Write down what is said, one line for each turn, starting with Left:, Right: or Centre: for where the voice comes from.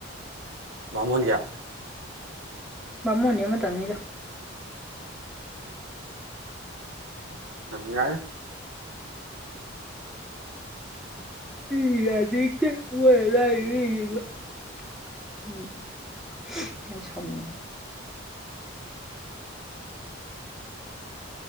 Right: ꯕꯃꯣꯜꯅ ꯀꯌꯥ
Centre: ꯕꯃꯣꯜꯗꯤ ꯑꯃ ꯇꯥꯡꯅꯤꯗ
Right: ꯌꯥꯔ
Centre: ꯏ ꯌꯥ ꯀ ꯍ ꯂꯗ ꯑꯩꯥꯏ ꯁꯥꯎꯅꯤ